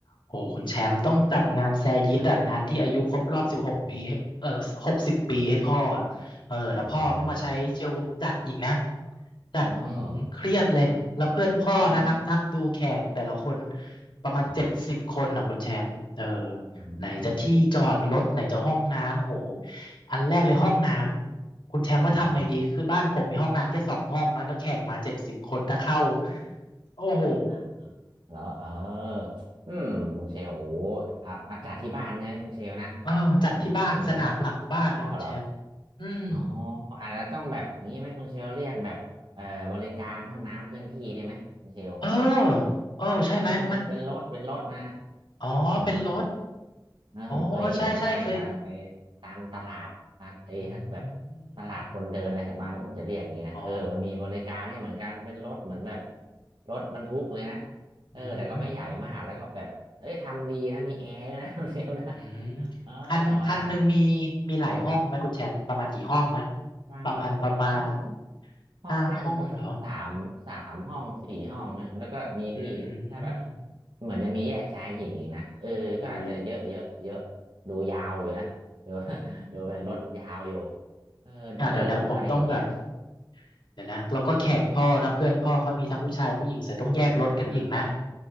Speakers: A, on the left; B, on the right.
A: โอ้คุณแชมป์ต้องจัดงานแซยิตอ่ะงานที่อายุครบรอบสิบหกปีให้เออหกสิบปีให้พ่ออ่ะเออแล้วพ่อก็มาใช้เชลจัดอีกนะ
B: ครับอืมอ๋อโอ้
A: จัดอื้อหือเครียดเลยแล้วเพื่อนพ่อนะนับนับดูแขกแต่ละคน
B: เออครับอืม
A: ประมาณเจ็ดสิบคนอ่ะคุณแชมป์เออ
B: ครับอืมโห
A: ไหนจะที่จอดรถไหนจะห้องน้ำโหอันแรกเลยห้องน้ำคุณแชมป์ว่าทำไงดีคือบ้านผมมีห้องน้ำแค่สองห้องนะแล้วแขกมาเจ็ดสิบคนถ้าเข้า
B: อ่า
A: โอ้โห
B: <laughs> เหรอเอออืมคุณเชลโอ้โหอ่ะอาจัดที่บ้านใช่ไหมคุณเชลนะ
A: เออจัดที่บ้านสนามหลังบ้านเนี่ยคุณแชมป์อืม
B: เออไม่พอเหรออ๋ออาจจะต้องแบบนี้ไหมคุณเชลเรียกแบบเอ่อบริการห้องน้ำเคลื่อนที่ได้ไหมคุณเชล
A: เออเออใช่ไหมมัน
B: เออเป็นเป็นรถเป็นรถมา
A: อ๋อเป็นรถ
B: อ๋อ นะผมเคยเห็นนะไปไปไป
A: อ๋อเออใช่ใช่เคย
B: ตามตลาดนะไอ้แบบ
A: อืม
B: ตลาดคนเดินอะไรแถวบ้านผมจะเรียกอย่างนี้นะเออมันมีบริการได้เหมือนกันเป็นรถเหมือนแบบ
A: อ๋อ
B: รถบรรทุกเลยนะเออแต่ก็ไม่ใหญ่มากแล้วก็แบบเอ้ยทำดีนะมีแอร์ด้วยนะ
A: อืม
B: <laughs> เซลนะ
A: อืม
B: เออ
A: คันคันหนึ่งมี
B: มาตั้ง
A: มีหลายห้องไหมคุณแชมป์ประมาณกี่ห้องนะ
B: อืมประมาณแบบถ้าห้อง
A: ประมาณประมาณ
B: ห้องนั่งก็สักสามสามห้องสี่ห้องเนี่ยแล้วก็มีที่ถ้าแบบ
A: ห้าห้องเหรออืม
B: เหมือนจะมีแยกชายหญิงอีกนะเออก็อาจจะเยอะเยอะเยอะ
A: โอ้
B: ดูยาวอยู่นะดู <laughs> ดูเป็นรถยาวอยู่
A: โอ้
B: เออเดินขึ้นไปอย่างเงี้ย
A: อ่ะเดี๋ยวนะผมต้องแบบเดี๋ยวนะแล้วก็แขกพ่อนะเพื่อนพ่อเขามีทั้งผู้ชายผู้หญิงเสร็จต้องแยกรถกันอีกนะ
B: อ่าอ่า